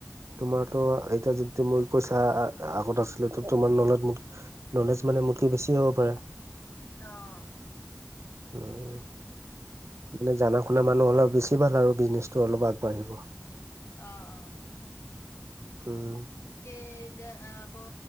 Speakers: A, on the right; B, on the left.
A: তোমাৰতো এতিয়া য মোৰ কইছা আগত আছিল ত তোমাৰ ন মোক নলেজ মানে মোতকে বেছি হ'ব পাৰে।
B: আহ
A: উম মানে জাননা শুনা মানুহ হোলে বেছি ভাল আৰু বিজনেছটো অলপ আগবাঢ়িব।
B: অ অ
A: উম
B: তাকে এতিয়া আকৌ